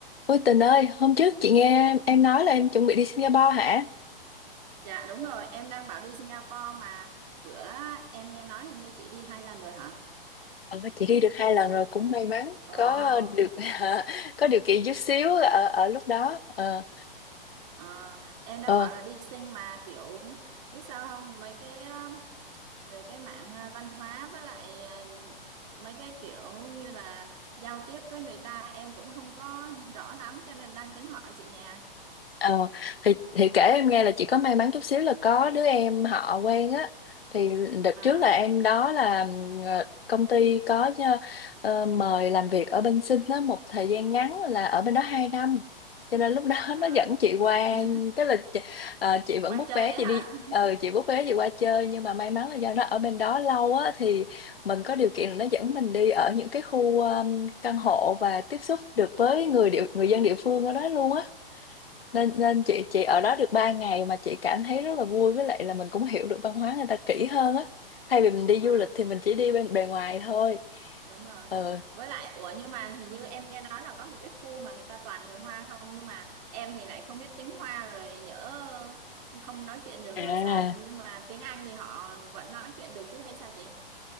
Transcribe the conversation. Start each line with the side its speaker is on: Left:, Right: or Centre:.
Left: Ôi Tình ơi, hôm trước chị nghe em nói là em chuẩn bị đi Singapore hả?
Right: Dạ đúng rồi, em đang bảo đi Singapore mà bữa em nghe nói hình như chị đi hai lần rồi hả?
Left: Ờ, chị đi được hai lần rồi cũng may mắn
Right: Ồ,
Left: có được <laughs> có điều kiện chút xíu ở ở lúc đó. Ờ,
Right: ờ, em đang
Left: ờ.
Right: bảo là đi Sing mà kiểu biết sao không mấy cái ờ, về cái mạng ờ, văn hóa với lại ờ, mấy cái kiểu như là giao tiếp với người ta em cũng không có rõ lắm cho nên đang tính hỏi chị nè.
Left: Ờ, thì thì kể em nghe là chị có may mắn chút xíu là có đứa em họ quen á thì đợt
Right: À,
Left: trước là em đó là ờ, công ty có ờ, ờ, mời làm việc ở bên Sinh á một thời gian ngắn là ở bên đó hai năm cho nên lúc đó <laughs>
Right: à,
Left: nó dẫn chị qua
Right: <laughs>
Left: tức là chị, ờ, chị vẫn
Right: qua
Left: book
Right: chơi
Left: vé
Right: đấy
Left: chị
Right: hả?
Left: đi ờ chị book vé chị qua chơi nhưng mà may mắn là do nó ở bên đó lâu á thì mình có điều kiện là nó dẫn mình đi ở những cái khu ờ, căn hộ và tiếp xúc được với người địa, người dân địa phương ở đó luôn á
Right: <laughs>
Left: nên nên chị chị ở đó được 3 ngày mà chị cảm thấy rất là vui với lại là mình cũng hiểu được văn hóa người ta kỹ hơn á thay vì mình đi
Right: À.
Left: du lịch thì
Right: ờ.
Left: mình chỉ đi bên bề ngoài thôi
Right: đúng rồi
Left: ờ
Right: với lại ủa nhưng mà hình như em nghe nói là có một cái khu mà người ta toàn người Hoa không nhưng mà em thì lại không biết tiếng Hoa rồi nhỡ không nói chuyện được
Left: à
Right: rồi sao nhưng mà tiếng Anh thì họ vẫn nói chuyện được chứ hay sao chị